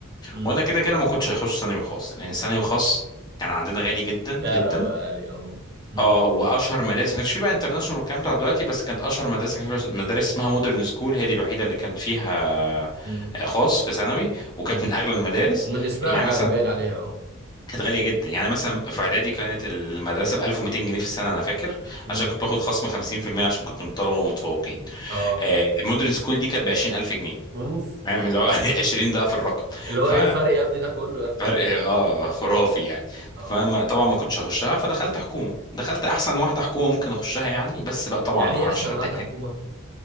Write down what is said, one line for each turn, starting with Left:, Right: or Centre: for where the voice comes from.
Right: مم.
Left: وانا كده كده ما كنتش هخش ثانوي خاص لان ثانوي خاص كان عندنا غالي جدا جدا
Right: شعر قوي عالي اه مم.
Left: اه واشهر مدارس ما كانش فيه بقى انترناشونال والكلام بتاع دلوقتي بس كانت اشهر مدرسه كان فيها مدرسه اسمها مودرن سكول هي دي الوحيده اللي كان فيها
Right: مم.
Left: آه، خاص في ثانوي وكانت
Right: مم.
Left: من اغلى المدارس
Right: ومن اسمها
Left: يعني
Right: يعني
Left: مثلا
Right: باين عليها اه
Left: كانت غالية جدا يعني مثلا في إعدادي كانت المدرسة ب 1200 جنيه في السنة أنا فاكر
Right: مم.
Left: عشان كنت باخد خصم 50% عشان كنت من الطلبة ومتفوقين
Right: اه
Left: آه، المودرن سكول دي كانت ب 20000 جنيه
Right: اوف
Left: فاهم اللي هو <laughs> 20 ضعف الرقم
Right: اللي هو
Left: ف
Right: ايه الفرق يا ابني ده كله يا ابني
Left: فرق
Right: فاهم
Left: اه خرافي يعني
Right: اه
Left: فما طبعا ما كنتش هخشها فدخلت حكومة دخلت أحسن واحدة حكومة ممكن أخشها يعني بس بقى طبعا
Right: يعني
Left: ما
Right: ايه
Left: أعرفش
Right: احسن
Left: حد
Right: واحدة
Left: هناك
Right: حكومة